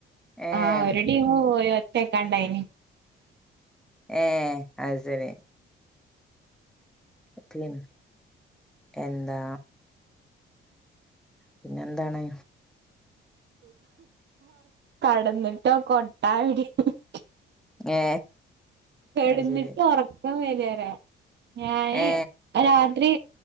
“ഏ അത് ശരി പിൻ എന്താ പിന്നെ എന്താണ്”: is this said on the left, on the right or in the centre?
Centre